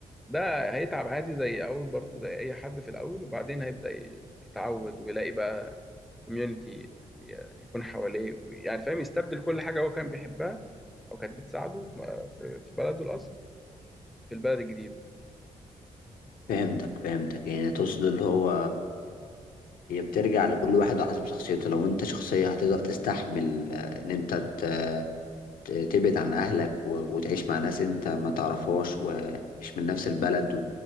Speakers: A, in the centre; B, on the left.
A: ده هيتعب عادي زي أول برضو زي أي حد في الأول وبعدين هيبدأ ي- يتعود ويلاقي بقى كوميونتي يكون حواليه يعني فاهم يستبدل كل حاجة هو كان بيحبها أو كانت بتساعده في م- في في بلده الأصل في البلد الجديد
B: فهمتك فهمتك يعني تقصد اللي هو هي بترجع لكل واحد وحسب شخصيته لو انت شخصية هتقدر تستحمل آه، ان انت ت- ت- تبعد عن اهلك و- وتعيش مع ناس انت ما تعرفهاش ومش من نفس البلد